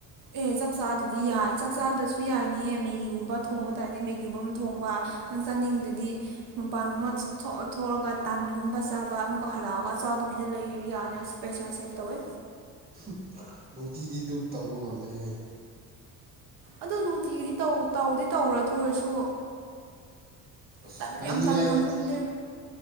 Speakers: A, on the right (about 60°); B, on the right (about 25°).
A: ꯑꯦ ꯆꯥꯛꯆꯥꯗꯗꯤ ꯌꯥ ꯆꯥꯛꯆꯥꯗꯁꯨ ꯌꯥꯅꯤꯌꯦ ꯃꯦꯒꯤꯒꯨꯝꯕ ꯊꯣꯡꯕ ꯇꯥꯔꯗꯤ ꯃꯦꯒꯤꯒꯨꯝꯕ ꯊꯣꯡꯕ ꯅꯪ ꯆꯥꯅꯤꯡꯗꯗꯤ ꯃꯄꯥꯟꯒꯨꯝꯕ ꯊꯣꯛꯑ ꯊꯣꯛꯑꯒ ꯇꯥꯟꯒꯨꯝꯕ ꯆꯥꯕ ꯑꯃꯨꯛꯀ ꯍꯔꯛꯑꯒ ꯆꯥꯗꯕꯤꯗ ꯂꯩꯔꯦ ꯌꯥꯅꯤ ꯑꯁ ꯄꯩꯁꯥ ꯁꯦꯞ ꯇꯧꯋꯦ
B: ꯍꯨꯝ ꯅꯨꯡꯇꯤꯗꯤ ꯗꯨꯛ ꯇꯧꯕ ꯉꯝꯗꯦꯍꯦ
A: ꯑꯗꯣ ꯅꯨꯡꯇꯤꯒꯤꯗꯤ ꯇꯧ ꯇꯧꯗꯤ ꯇꯧꯔꯣꯏ ꯑꯗꯨ ꯑꯣꯏꯔꯁꯨ
B: ꯑꯁ
A: ꯇꯟ
B: ꯍꯥꯏꯅꯤꯡꯉꯥꯏ
A: ꯌꯥꯝ ꯇꯟ ꯃꯥꯟꯕꯜꯂꯦ